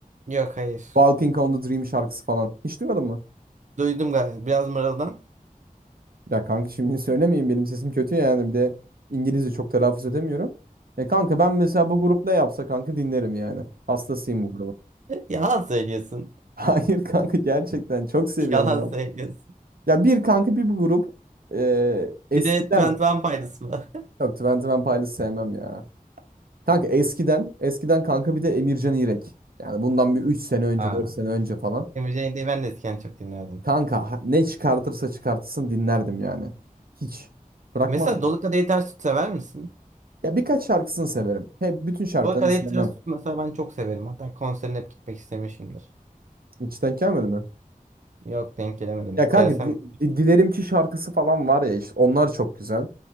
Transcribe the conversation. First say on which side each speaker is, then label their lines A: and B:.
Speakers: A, on the right; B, on the right.
A: Yok hayır.
B: Walking on the Dream şarkısı falan. Hiç duymadın mı?
A: Duydum galiba biraz mırıldan.
B: Ya kanka şimdi <laughs> söylemeyin benim sesim kötü yani bir de İngilizce çok telaffuz edemiyorum. E kanka ben mesela bu grup ne yapsa kanka dinlerim yani. Hastasıyım bu grubun.
A: <laughs> Yalan söylüyorsun.
B: <laughs> Hayır kanka gerçekten çok seviyorum
A: Yalan
B: ya.
A: söylüyorsun.
B: Ya bir kanka bir bu grup e, eskiden
A: Bir de Twenty One Pilots mı?
B: Yok Twenty One Pilots sevmem ya. Kanka
A: <laughs>
B: eskiden, eskiden kanka bir de Emircan İrek. Yani bundan bir üç sene önce,
A: Ha.
B: 4 sene önce falan.
A: Emre Cengiz'i ben de eskiden çok dinlerdim.
B: Kanka ha- ne çıkartırsa çıkartsın dinlerdim yani. Hiç bırakmadım.
A: Mesela Dolu Kadehi Ters Tut sever misin?
B: Ya birkaç şarkısını severim. Hep bütün şarkılarını
A: Dolu Kadehi
B: sevmem.
A: Ters Tut mesela ben çok severim. Hatta konserine hep gitmek istemişimdir.
B: İçten gelmedi mi?
A: Yok denk gelemedim.
B: Ya kanka
A: Gelsem
B: di- di- Dilerim ki şarkısı falan var ya işte onlar çok güzel.